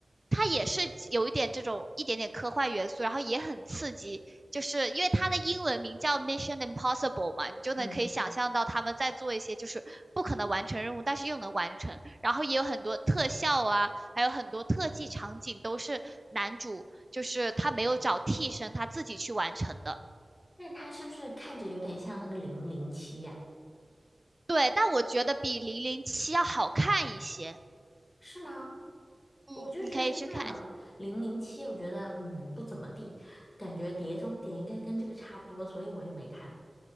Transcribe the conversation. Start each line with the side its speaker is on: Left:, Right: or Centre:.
Right: 它也是有一点这种一点点科幻元素，然后也很刺激，就是因为它的英文名叫 Mission Impossible 嘛，你就能可以想象到他们在做一些就是不可能完成任务，
Left: 嗯，
Right: 但是又能完成，然后也有很多特效啊，还有很多特技场景都是男主就是他没有找替身，他自己去完成的。
Left: 那他是不是看着有点像那个零零七呀？
Right: 对，但我觉得比《零零七》要好看一些。
Left: 是吗？
Right: 嗯，
Left: 我就是看了《零零七》，
Right: 你可以去看。
Left: 我觉得嗯不怎么地，感觉《碟中谍》应该跟这个差不多，所以我就没看。